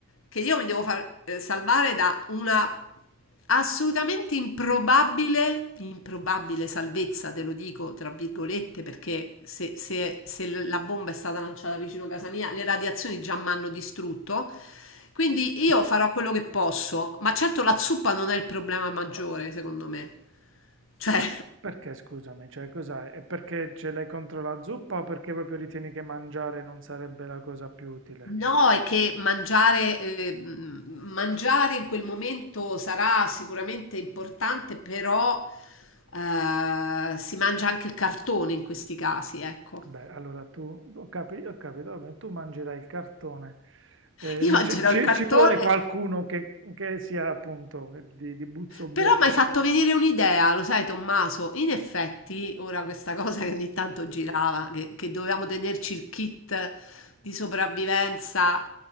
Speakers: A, on the left (about 70°); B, on the right (about 65°).
A: che io mi devo far eh, salvare da una assolutamente improbabile, improbabile salvezza, te lo dico tra virgolette, perché se, se- se la bomba è stata lanciata vicino a casa mia, le radiazioni già mi hanno distrutto. Quindi io farò quello che posso, ma certo la zuppa non è il problema maggiore, secondo me. Cioè,
B: Perché, scusami, cioè cos'hai? È perché ce l'hai contro la zuppa o perché proprio ritieni che mangiare non sarebbe la cosa più utile?
A: No, è che mangiare, eh, m- mangiare in quel momento sarà sicuramente importante, però eh, si mangia anche il cartone in questi casi, ecco.
B: Beh, allora tu, ho capi- ho capito, vabbè, tu mangerai il cartone, Eh,
A: Io
B: <laughs>
A: mangerò
B: c- ci
A: il cartone,
B: ci vuole qualcuno che, che sia appunto di, di buzzo buono.
A: Però mi hai fatto venire un'idea, lo sai, Tommaso. In effetti, ora questa cosa che ogni tanto girava, che, che dovevamo tenerci il kit di sopravvivenza.